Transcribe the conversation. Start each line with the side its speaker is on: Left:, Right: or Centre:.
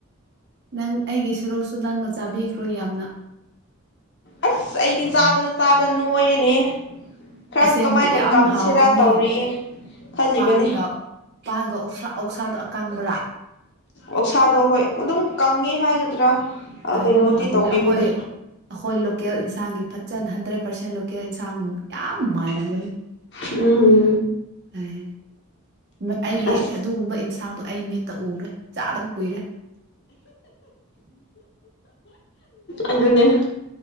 Right: ꯅꯪ ꯑꯩꯒꯤ ꯁꯔꯣꯛꯁꯨ ꯅꯪꯅ ꯆꯥꯕꯤꯈ꯭ꯔꯣ ꯌꯥꯝꯅ
Left: ꯑꯁ ꯑꯩꯗꯤ
Right: ꯑꯌꯥ
Left: ꯆꯥꯕꯗ ꯆꯥꯕꯗ ꯅꯣꯏꯔꯦꯅꯦ ꯈꯔ
Right: ꯑꯁꯦꯡꯕ
Left: ꯀꯃꯥꯏꯅ
Right: ꯌꯥꯝ
Left: ꯀꯪꯁꯤꯔꯥ
Right: ꯍꯥꯎꯒꯅꯤ
Left: ꯇꯧꯔꯤꯌꯦ ꯈꯜꯂꯤꯕꯅꯦ
Right: ꯄꯥꯟꯒ ꯄꯥꯟꯒ ꯑꯣꯛꯁꯥꯗꯣ ꯑꯀꯪꯕꯔꯥ
Left: ꯑꯣꯛꯁꯥꯗꯣ ꯍꯣꯏ ꯑꯗꯨꯝ ꯀꯪꯉꯦ ꯍꯥꯏꯒꯗ꯭ꯔꯥ ꯀꯩꯅꯣꯗꯤ
Right: ꯌꯥꯝ ꯍꯥꯎꯅꯦ
Left: ꯇꯧꯕꯤꯕꯅꯦ
Right: ꯑꯩꯈꯣꯏ ꯑꯩꯈꯣꯏ ꯂꯣꯀꯦꯜ ꯏꯟꯁꯥꯡꯒꯤ ꯐꯖꯅ ꯍꯟꯗ꯭ꯔꯦꯠ ꯄꯥꯔꯁꯦꯟ ꯂꯣꯀꯦꯜ ꯏꯟꯁꯥꯡ ꯌꯥꯝ ꯃꯥꯜꯂꯝꯒꯅꯤ
Left: ꯎꯝ
Right: ꯐꯩꯌꯦ ꯑꯩꯒꯤ
Left: ꯑꯁ
Right: ꯑꯗꯨꯒꯨꯝꯕ ꯏꯟꯁꯥꯡꯗꯨ ꯑꯩ ꯃꯤꯠ ꯃꯤꯇ ꯎꯔꯦ ꯆꯥꯗꯕ ꯀꯨꯏꯔꯦ
Left: ꯑꯗꯨꯅꯦ